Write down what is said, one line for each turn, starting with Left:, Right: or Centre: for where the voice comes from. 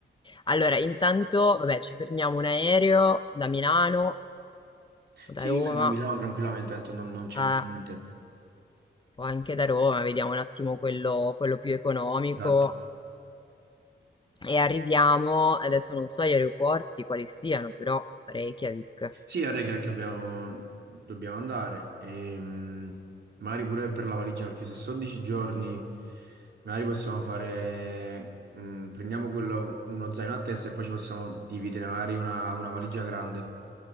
Left: Allora, intanto, vabbè, ci prendiamo un aereo da Milano o
Right: Sì,
Left: da Roma,
Right: io vengo a Milano tranquillamente, tanto non, non ci
Left: eh,
Right: metto niente.
Left: o anche da Roma, vediamo un attimo quello quello più economico.
Right: Esatto.
Left: E arriviamo, adesso non so gli aeroporti quali siano, però Reykjavik.
Right: Sì, ora che che abbiamo, dobbiamo andare, ehm, magari pure per la valigia, perché se sono 10 giorni, magari possiamo fare, mm, prendiamo quello, uno zaino a testa e poi ci possiamo dividere magari una, una valigia grande.